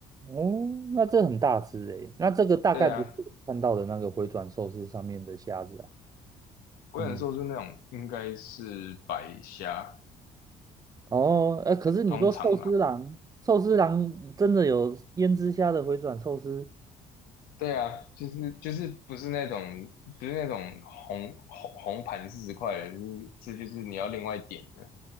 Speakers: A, on the right (about 25°); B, on the left (about 85°).
A: 哦，那这很大只诶，那这个大概不是我看到的那个回转寿司上面的虾子啊。
B: 对啊，我想说是那种应该是白虾，
A: 嗯，哦，哎，可是你说寿司郎，
B: 通通常啦。
A: 寿司郎真的有胭脂虾的回转寿司？
B: 对啊，就是就是不是那种不是那种红红红盘四十块的，就是是就是你要另外点的